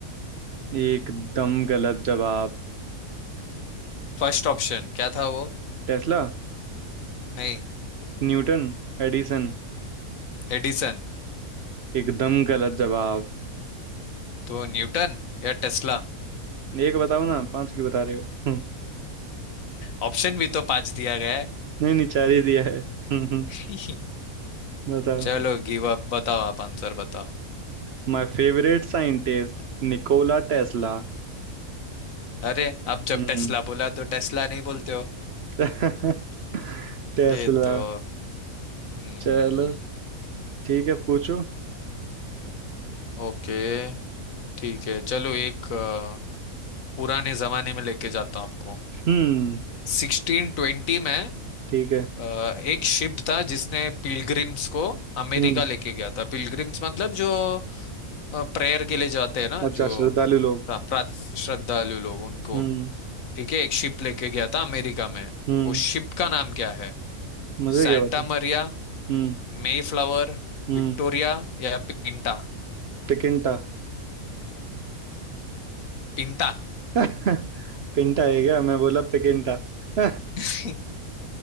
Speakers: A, on the right; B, on the left.
A: एकदम गलत जवाब
B: फर्स्ट ऑप्शन क्या था वो
A: टेस्ला
B: नहीं
A: Newton Edison
B: एडिसन
A: एकदम गलत जवाब
B: तो न्यूटन या टेस्ला
A: एक बताओ ना पांच क्यों बता रहे हो <laughs>
B: ऑप्शन भी तो पांच दिया गया है
A: नहीं नहीं चार ही दिया है <laughs>
B: <laughs>
A: बताओ
B: चलो गिव अप बताओ आप आंसर बताओ
A: My favorite scientist, Nikola Tesla.
B: अरे अब जब
A: Hmm
B: टेस्ला बोला तो टेस्ला नहीं बोलते हो
A: <laughs> Tesla
B: ये तो हम्म
A: चलो ठीक है पूछो
B: ओके ठीक है चलो एक अ, पुराने जमाने में लेके जाता हूँ आपको
A: हम्म
B: सिक्सटीन ट्वेंटी में
A: ठीक है
B: अ, एक शिप था जिसने पिलग्रिम्स को अमेरिका
A: हम्म
B: लेके गया था पिलग्रिम्स मतलब जो प्रेयर के लिए जाते हैं ना
A: अच्छा
B: जो
A: श्रद्धालु लोग
B: प्रा, प्रा- श्रद्धालु लोग उनको
A: हम्म
B: ठीक है एक शिप लेके गया था अमेरिका में
A: हम्म
B: वो शिप का नाम क्या है
A: मुझे
B: Santa
A: क्या पता
B: Maria
A: हम्म
B: Mayflower
A: हम्म
B: Victoria या पिंटा
A: पिकिंटा
B: पिंटा
A: <laughs> पिंटा है क्या मैं बोला पिकिंटा <laughs>
B: <laughs>